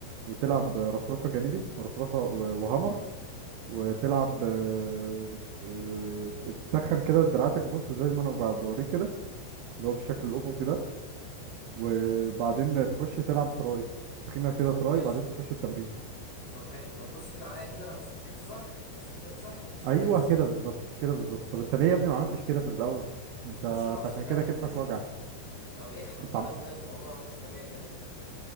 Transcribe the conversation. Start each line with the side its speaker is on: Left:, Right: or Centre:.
Right: وتلعب آه، رفرفه جانبي ورفرفه و- وهامر وتلعب آه، آه، تسخن كده دراعاتك بص زي ما انا ب- بوريك كده اللي هو بالشكل الافقي ده وبعدين تخش تلعب تراي تسخينه كده
Left: طب
Right: تراي
Left: ماشي
Right: بعدين تخش التمرين
Left: طب حلو طب بص كده عليا كده انا بسخن كتف صح تسخين كده صح ماشي
Right: ايوه
Left: كويس
Right: كده بالظبط كده بالظبط طب انت ليه يا ابني
Left: طب
Right: ما عملتش كده في الاول انت
Left: ما كنتش
Right: انت
Left: اعرف صدقني
Right: عشان كده
Left: يا
Right: كتفك
Left: كوتش
Right: وجعك
Left: طب ايه الحل
Right: انت
Left: دلوقتي
Right: عم...
Left: طيب في موضوع كتفي وجعني ده